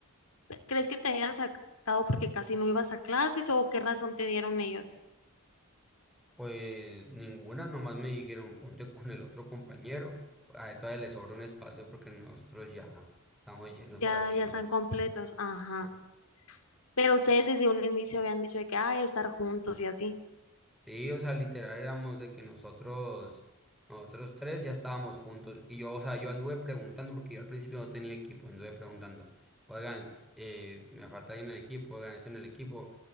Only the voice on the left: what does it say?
¿crees que te hayan sacado porque casi no ibas a clases o qué razón te dieron ellos?
Ya,
ya
están completos. Ajá.
Pero ustedes desde un inicio habían dicho de que, ay, estar juntos y así.